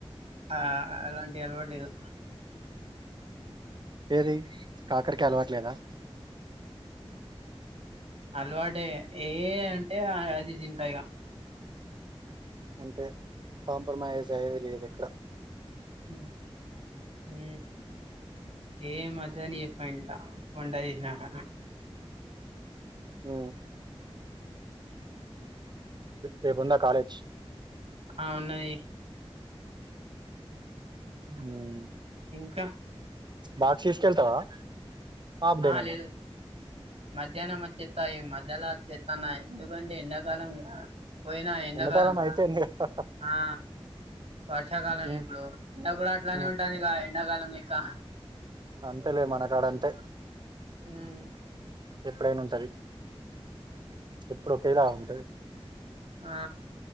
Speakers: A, on the right (about 75°); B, on the right (about 45°).
A: ఆ అలాంటి అలవాటు లేదు.
B: ఏది కాకరికాయ్ అలవాట్లేదా
A: అలవాడే ఏ అంటే అది జింతైగా
B: అంతే కాంప్రమైజ్ అయ్యేది లేదు ఇక్కడ
A: ఉ ఊ ఏ మధ్యాన చెప్పయిలా వంటచేసినాక
B: ఆ రేపు ఉందా కాలేజ్
A: ఆ వున్నయి
B: అ
A: ఇంకా
B: బాక్స్ తీస్కెల్తావా ఆప్ డే
A: ఆ
B: నేనా
A: లేదు మధ్యాహ్నం వచ్చత్తాయి మద్దెల తెత్తన ఎందుకంటే ఎండాకాలం పోయినా ఎండాకాలంగా
B: ఎండాకాలం అయిపోయింది కదా
A: ఆ వర్షాకాలం
B: ఉమ్
A: ఇప్పుడు ఇంట కూడా అట్లానే
B: ఉమ్
A: ఉంటది ఇగ ఎడాకాలం లేక్క
B: అంతేలే మన కాడ అంతే
A: ఉమ్
B: ఎప్పుడైనా ఉంటది. ఎప్పుడు ఒకేలా ఉంటది.
A: ఆ